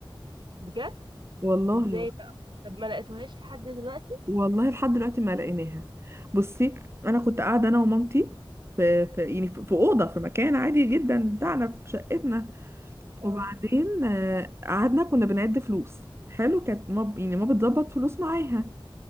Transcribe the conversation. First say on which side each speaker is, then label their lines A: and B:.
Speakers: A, on the right; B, on the right.
A: بجد
B: والله
A: إزاي بقى طب ما لقيتوهاش لحد دلوقتي
B: والله لحد دلوقتي ما لقيناها بصي انا كنت قاعدة انا ومامتي في, في يعني في في اوضة في مكان عادي جدا بتاعنا في شقتنا
A: اه
B: وبعدين آه، قعدنا كنا بنعد فلوس حلو كانت ما يعني ما بتظبط فلوس معاها